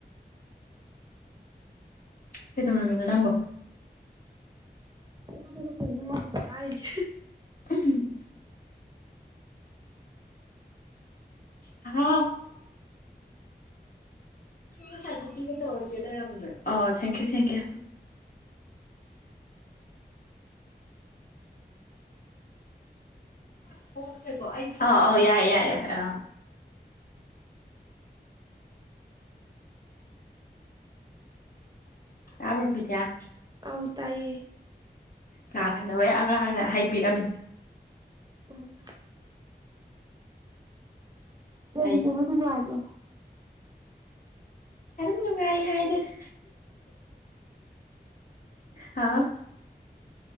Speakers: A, on the left; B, on the right.
A: ꯀꯩꯗꯧꯔꯝꯃꯤꯅꯣ ꯅꯪꯕꯣ
B: <unintelligible> ꯊꯥꯔꯤꯅꯦ
A: ꯎꯝ ꯍꯥꯎ ꯑꯩ ꯉꯁꯥꯏꯗꯣ ꯄꯤꯒꯦ ꯇꯧꯔꯒꯥ ꯆꯦ ꯂꯩꯔꯝꯗꯔꯦ ꯑꯥ ꯊꯦꯡꯀ꯭ꯌꯨ ꯊꯦꯡꯀ꯭ꯌꯨ <unintelligible> ꯑꯥ ꯑꯣ ꯌꯥꯏꯌꯦ ꯌꯥꯏꯌꯦ ꯑꯥ ꯇꯕ꯭ꯔꯣ ꯕꯤꯗꯌꯥ
B: ꯑꯥꯎ ꯇꯥꯌꯦ
A: ꯀꯥ ꯊꯪꯅꯕ ꯑꯉꯥꯡꯅ ꯍꯩ ꯕꯤꯔꯝꯃꯤ
B: ꯎꯝ ꯂꯩꯃꯤꯟꯅꯕ
A: ꯍꯥꯏ
B: ꯅꯨꯡꯉꯥꯏꯕ꯭ꯔꯣ
A: ꯑꯗꯨꯝ ꯅꯨꯡꯉꯥꯏ ꯍꯥꯏꯗꯨꯅꯤ ꯍꯥꯎ